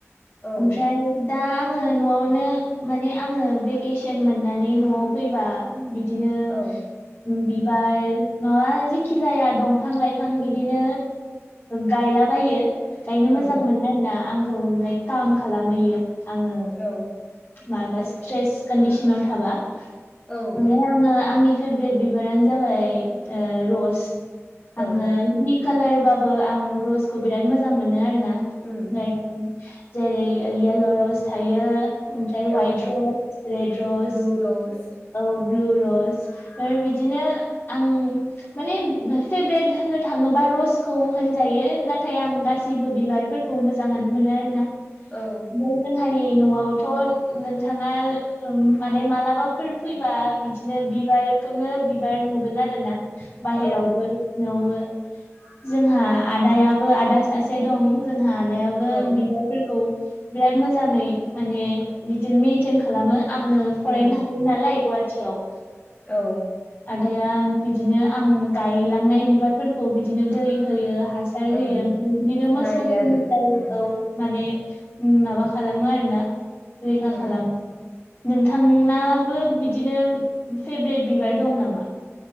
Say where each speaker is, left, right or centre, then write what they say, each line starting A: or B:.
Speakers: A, on the left (about 15°); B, on the left (about 45°).
A: औ
B: ओमफ्राय दा आङो न'आवनो माने आङो भेकेसन मोननानै न'आव फैबा बि बिदिनो
A: औ
B: बिबार नंआबा जिखि जाया दंफां लाइफां बिदिनो गायला बायो गायनो
A: उम
B: मोजां मोनो आरोना आंखौ लाइक खालामहैयो आङो
A: औ
B: माबा स्ट्रेस कन्दिसनाव थाबा
A: औ
B: ओमफ्राय आङो आंनि फेभरेट बिबारानो जाबाय रस
A: औ
B: आङो कालार बाबो आङो रसखौ बिराद मोजां मोनो आरो ना
A: उम
B: गायनानै जेरै येल्ल' रस थायो ओमफ्राय
A: औ
B: ह'आइट रस रेड रस
A: ब्लु रस
B: औ ब्लुरस आरो बिदिनो आं माने फेभ्रेत होननो थाङोबा रसखौ होनजायो नाथाय आं गासैबो बिबारफोरखौ मोजाङानो मोनो आर ना
A: औ
B: <unintelligible> हारि न'आवथ' नोंथांआ माने मालाबाफोर फैबा बिदिनो बिबारखौनो बिबार नुगोन आरोना बाहेरावबो
A: औ
B: सिंआवबो जोंहा आदायाबो आदा सासे दं जोंहा आदायाबो
A: औ
B: बिबारफोरखौ बिराद मोजाङै माने बिदिनो मेइनटेन खालामो आङो फरायनो
A: उम
B: थायो नालाय गुवाहाटिआव
A: औ
B: आदाया बिदिनो आं गायलांनाय बिबारफोरखौ बिदिनो दै होयो हासार
A: ओम
B: होयो ओमफाय बिदिनो मोसौफोरनिफाइ
A: नायो आरो ओम
B: औ माने माबा खालामो आरोना रैखा
A: ओम
B: खालामो नोंथांनाबो बिदिनो फेब्रेट बिबार दं नामा?